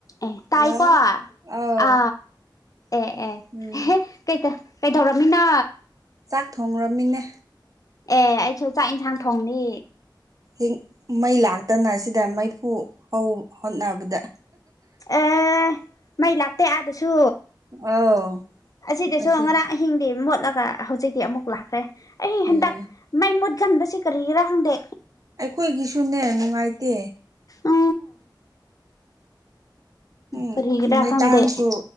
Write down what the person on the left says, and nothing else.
ꯑꯦ ꯇꯥꯏꯀꯣ
ꯑ ꯑꯦ ꯑꯦ
ꯀꯩ ꯀꯩꯗꯧꯔꯝꯃꯤꯅ
ꯑꯦ ꯑꯩꯁꯨ ꯆꯥꯛ ꯏꯟꯁꯥꯡ ꯊꯣꯡꯅꯤ
ꯑꯦ ꯃꯩ ꯂꯥꯛꯇꯦ ꯑꯥꯗꯁꯨ
ꯑꯁꯤꯗꯁꯨ
ꯉꯔꯥꯡ ꯑꯍꯤꯡꯗꯤ ꯃꯣꯠꯂꯒ ꯍꯧꯖꯤꯛꯇꯤ ꯑꯃꯨꯛ ꯂꯥꯛꯈ꯭ꯔꯦ ꯑꯩ
ꯍꯟꯗꯛ ꯃꯥꯏ ꯃꯨꯠꯀꯥꯟꯕꯁꯤ ꯀꯔꯤꯒꯤꯔꯥ ꯈꯪꯗꯦ
ꯎ
ꯀꯥꯔꯤꯒꯤꯔꯥ
ꯈꯪꯗꯦ